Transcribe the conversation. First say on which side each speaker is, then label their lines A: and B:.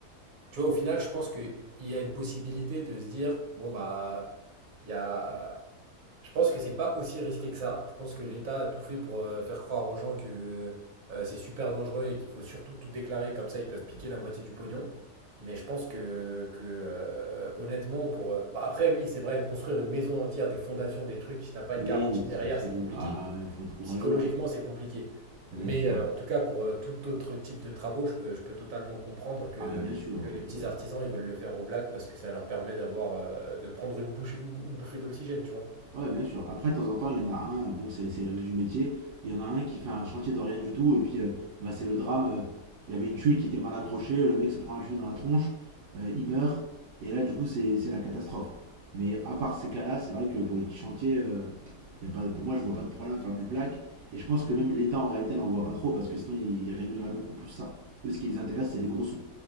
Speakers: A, on the right (about 60°); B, on the right (about 80°).
A: Tu vois, au final, je pense qu'il y a une possibilité de se dire, bon, bah, il y a... Je pense que c'est pas aussi risqué que ça. Je pense que l'État a tout fait pour euh, faire croire aux gens que euh, c'est super dangereux et qu'il faut surtout tout déclarer, comme ça ils peuvent piquer la moitié du pognon. Mais je pense que, que, euh, honnêtement, pour... euh, bah, après, oui, c'est vrai, construire une maison entière, des fondations, des trucs, si t'as pas
B: Oui,
A: une garantie
B: des trucs
A: derrière,
B: solides.
A: c'est compliqué.
B: Ah, il faut être courageux,
A: Psychologiquement,
B: hein.
A: c'est compliqué. Mais
B: bien sûr.
A: euh, en tout cas, pour euh, tout autre type de travaux, je peux, je peux totalement comprendre que,
B: Ah, bah, bien sûr.
A: que les petits
B: Oui.
A: artisans, ils veulent le faire au black parce que ça leur permet d'avoir, euh, de prendre une bouche, une, une bouffée d'oxygène, tu vois.
B: Ouais, bien sûr. Après, de temps en temps, il y en a un, euh, bon, c'est c'est le risque du métier, il y en a un qui fait un chantier de rien du tout, et puis euh, bah, c'est le drame. euh, il y avait une tuile qui était mal accrochée, le mec se prend la tuile dans la tronche, euh, il meurt, et là, du coup, c'est c'est la catastrophe. Mais à part ces cas-là, c'est vrai que pour les petits chantiers, euh, il y a pas, pour moi, je vois pas de problème à faire du black, et je pense que même l'État, en réalité, n'en voit pas trop, parce que sinon, il, il régulerait beaucoup plus ça. Eux, ce qui les intéresse, c'est les gros sous.